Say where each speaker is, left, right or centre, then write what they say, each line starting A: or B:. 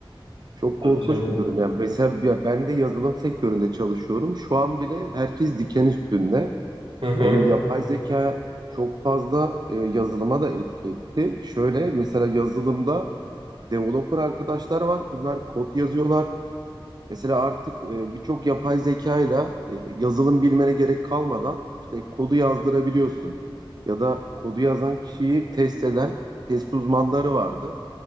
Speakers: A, on the right (about 50°); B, on the right (about 75°).
A: Çok
B: Tabii
A: korkunç
B: canım.
A: bir durum. Yani mesela ya ben de yazılım sektöründe çalışıyorum. Şu an bile herkes diken üstünde.
B: Hı hı.
A: Yani yapay zeka çok fazla e, yazılıma da etki etti. Şöyle mesela yazılımda developer arkadaşlar var. Bunlar kod yazıyorlar. Mesela artık e, birçok yapay zekayla e, yazılım bilmene gerek kalmadan işte kodu yazdırabiliyorsun. Ya da kodu yazan kişiyi test eden test uzmanları vardı.